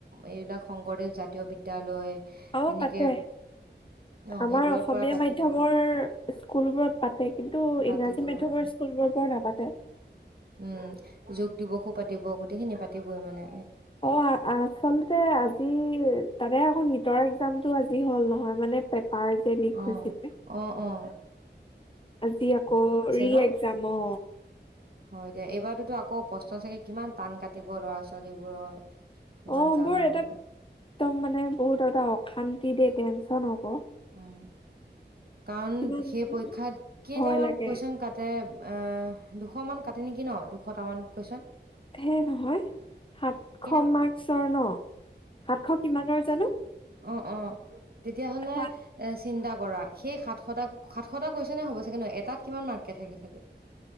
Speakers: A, on the right; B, on the left.
A: এইবিলাক শংকৰদেৱ জাতীয় বিদ্যালয়
B: অ
A: এনেকে
B: পাতে
A: অ',
B: আমাৰ
A: সেইবোৰৰ
B: অসমীয়া
A: পৰা পাতিবই
B: মাধ্্যমৰ স্কুলবোৰত পাতে কিন্তু
A: পাতিবই
B: ইংৰাজী মাধ্্যমৰ
A: উম,
B: স্কুলবোৰ বৰ নাপাতে ত
A: উম যোগ দিৱসো পাতিব গোটেইখিনি পাতিবই মানে
B: অ আচলতে আজি তাতে আকৌ নটৰ এক্জামতটো আজি হ'ল নহয় মানে যে লিক
A: অ
B: হৈছিলে
A: অ উম
B: আজি আকৌ ৰি
A: ন?
B: একজাম অ
A: হয় দিয়া এইবাৰোতো আকৌ প্ৰশ্ন চাগে কিমান টান কাটিব ল'ৰা ছোৱালীবোৰৰ কিমান
B: অ
A: জ্বালা
B: মোৰ এটা
A: হ'ব
B: একদম মানে বহুত এটা হওক শান্তি দে টেনচন হ'ব
A: উম কাৰণ
B: কিমান
A: সেই পৰীক্ষাত কেইটামান
B: ভয় লাগে
A: কুৱেশচন কাটে অ দুশ মান কাটে নেকি ন দুশটামান কৈচোন
B: হে নহয় সাতশ
A: কেইটা
B: মাৰ্কচৰ ন সাতশ কিমানৰ জানো
A: অ অ তেতিয়াহ'লে
B: সাত
A: এ চিন্তা কৰা সেই সাতশ সাতশটা কৈছনে হ'ব চাগে ন এটাত কিমান মাৰ্কে থাকে চাগে